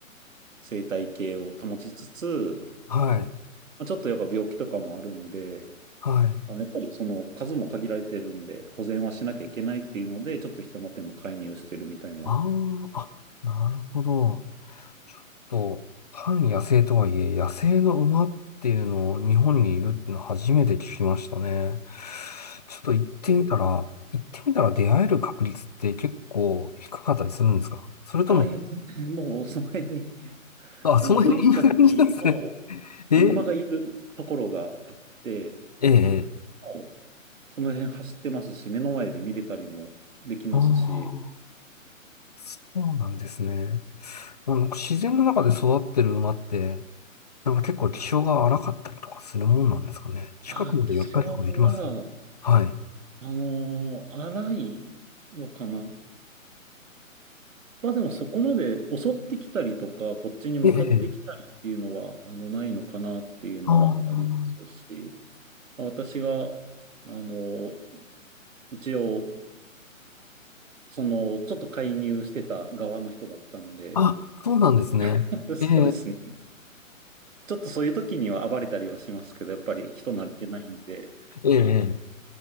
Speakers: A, on the right (about 65°); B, on the left (about 30°).
A: 生態系を保ちつつ、
B: はい。
A: まあ、ちょっとやっぱ病気とかもあるんで、
B: はい。
A: あの、やっぱりその数も限られてるんで、保全はしなきゃいけないっていうので、ちょっと人の手も介入してるみたいな。
B: あーあ、なるほど。ちょっと、半野生とはいえ、野生の馬っていうのを日本にいるっていうの初めて聞きましたね。ちょっと行ってみたら、
A: お
B: 行ってみたら出会える確率って結構低かったりするんですかそれとも、
A: ああ、いや、全然もう <laughs> その辺に、
B: あ、
A: あの、
B: その辺にいる感じなんですね。
A: 都井岬の
B: ええ
A: 馬がいるところがあって、
B: ええ。
A: もうその辺走ってますし、目の前で見れたりもできますし、
B: ああ、そうなんですね。まあなんか自然の中で育ってる馬って、なんか結構気性が荒かったりとかするもんなんですかね。近くまで寄ったりとかできます
A: ああ、気象は、
B: はい。
A: あのー荒いのかなまあでもそこまで襲ってきたりとか、こっちに向かってきたりっていうのは、
B: ええ、ええ
A: あの、ないのかなっていうのはありますし、
B: あ
A: まあ私が、あの、一応、その、ちょっと介入してた側の人だったんで、
B: あ、あ、そうなんですね。
A: <laughs> そうですね。
B: ええ、
A: ちょっとそういう時には暴れたりはしますけど、やっぱり人慣れてないんで、
B: ええ、ええ、